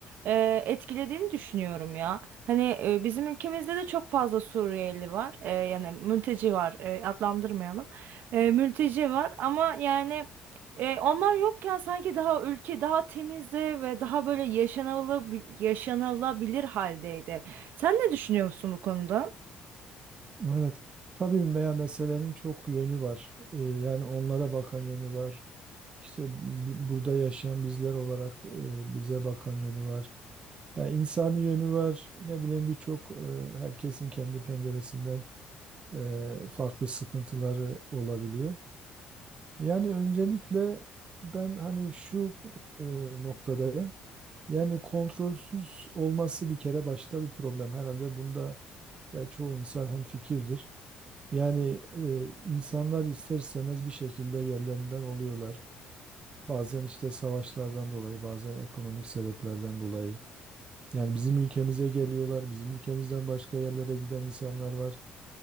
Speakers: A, on the right; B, on the right.
A: e, etkilediğini düşünüyorum ya. Hani e, bizim ülkemizde de çok fazla Suriyeli var. E, yani mülteci var. E, adlandırmayalım. E, mülteci var ama yani e, onlar yokken sanki daha ülke daha temizdi ve daha böyle yaşanılabil yaşanılabilir haldeydi. Sen ne düşünüyorsun bu konuda?
B: Evet, tabii veya meselenin çok yönü var. Ee, Yani onlara bakan yönü var. İşte bi- burada yaşayan bizler olarak e, bize bakan yönü var. Yani insani yönü var. Ne bileyim birçok e, herkesin kendi penceresinden. e, farklı sıkıntıları olabiliyor. Yani öncelikle ben hani şu e, noktadayım. Yani kontrolsüz olması bir kere başta bir problem. Herhalde bunda ya çoğu insan hem fikirdir. Yani e, insanlar ister istemez bir şekilde yerlerinden oluyorlar. Bazen işte savaşlardan dolayı, bazen ekonomik sebeplerden dolayı. Yani bizim ülkemize geliyorlar, bizim ülkemizden başka yerlere giden insanlar var.